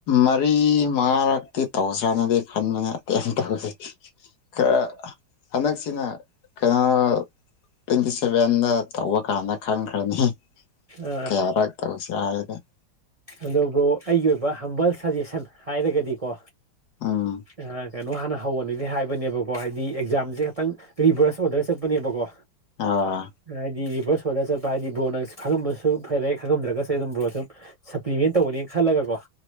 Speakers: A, on the left; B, on the right.
A: ꯃꯔꯤ ꯃꯉꯥꯔꯛꯇꯤ ꯇꯧꯁꯤꯔꯅꯗꯤ ꯈꯟꯕꯅꯦ <unintelligible> ꯈꯔ ꯍꯟꯗꯛꯁꯤꯅ ꯀꯩꯅꯣ ꯇ꯭ꯋꯦꯟꯇꯤ ꯁꯚꯦꯟꯗ ꯇꯧꯕ ꯀꯥꯟꯗ ꯈꯪꯈ꯭ꯔꯅꯤ
B: ꯑꯥ
A: ꯀꯌꯥꯔꯛ ꯇꯧꯁꯤꯔ ꯍꯥꯏꯕꯗꯣ
B: ꯑꯗꯨꯕꯨ ꯑꯩꯒꯤ ꯑꯣꯏꯕ ꯍꯝꯕꯜ ꯁꯖꯦꯁꯟ ꯍꯥꯏꯔꯒꯗꯤꯀꯣ
A: ꯎꯝ
B: ꯑꯥ ꯀꯩꯅꯣ ꯍꯥꯟꯅ ꯍꯧꯕꯅꯤ ꯍꯥꯏꯕꯅꯦꯕꯀꯣ ꯍꯥꯏꯗꯤ ꯑꯦꯛꯖꯥꯝꯁꯦ ꯈꯤꯇꯪ ꯔꯤꯚꯔꯁ ꯑꯣꯔꯗꯔ ꯆꯠꯄꯅꯦꯕꯀꯣ
A: ꯑꯥ
B: ꯍꯥꯏꯗꯤ ꯔꯤꯚꯔꯁ ꯑꯥꯔꯗꯔ ꯆꯠꯄ ꯍꯥꯏꯗꯤ ꯕ꯭ꯔꯣꯅ ꯈꯪꯉꯝꯕꯁꯨ ꯐꯔꯦ ꯈꯪꯉꯝꯗ꯭ꯔꯒꯁꯨ ꯑꯩ ꯑꯗꯨꯝ ꯕ꯭ꯔꯣ ꯁꯨꯝ ꯁꯄ꯭ꯂꯤꯃꯦꯟ ꯇꯧꯕꯅꯦ ꯈꯜꯂꯒꯀꯣ